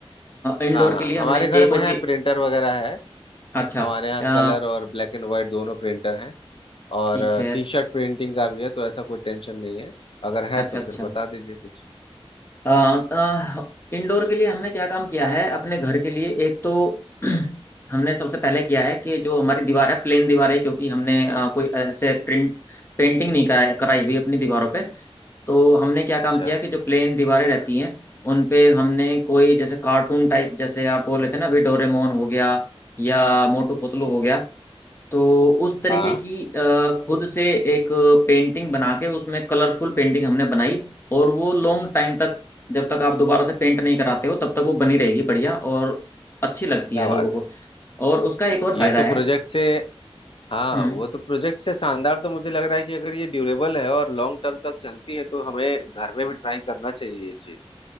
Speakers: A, on the left; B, on the left.
A: इंडोर
B: हाँ हाँ
A: के लिए हमने
B: हमारे घर
A: एक
B: में
A: और
B: है
A: चीज
B: प्रिंटर वगैरह है
A: अच्छा
B: हमारे यहाँ
A: अ,
B: कलर और ब्लैक एंड व्हाइट दोनों प्रिंटर हैं और
A: ठीक है
B: टी शर्ट प्रिंटिंग का भी है तो ऐसा कोई टेंशन नहीं है अगर है
A: अच्छा
B: तो
A: अच्छा
B: फिर बता दीजिए कुछ
A: अ, अ, इंडोर के लिए हमने क्या काम किया है अपने घर के लिए एक तो <clears throat> हमने सबसे पहले किया है कि जो हमारी दीवार है प्लेन दीवार है क्योंकि हमने अ, कोई ऐसे प्रिंट पेंटिंग नहीं कराई कराई हुई अपनी दीवारों पे तो हमने क्या काम
B: अच्छा
A: किया कि जो प्लेन दीवारें रहती हैं उन पे हमने कोई जैसे कार्टून टाइप जैसे आप बोल रहे थे ना अभी डोरेमोन हो गया या मोटू पतलू
B: हाँ
A: हो गया तो उस तरीके
B: हाँ,
A: की अ, खुद से एक पेंटिंग बना के उसमें कलरफुल पेंटिंग हमने बनाई और वो लॉन्ग टाइम तक जब तक आप दोबारा से पेंट नहीं कराते हो तब तक वो बनी रहेगी बढ़िया और अच्छी लगती
B: क्या
A: है लोगों
B: बात
A: को
B: है
A: और उसका एक और
B: ये
A: फायदा
B: तो
A: है
B: प्रोजेक्ट से हाँ
A: हम्म
B: वो तो प्रोजेक्ट से शानदार तो मुझे लग रहा है कि अगर ये ड्यूरेबल है और लॉन्ग टर्म तक चलती है तो हमें घर में भी ट्राई करना चाहिए ये चीज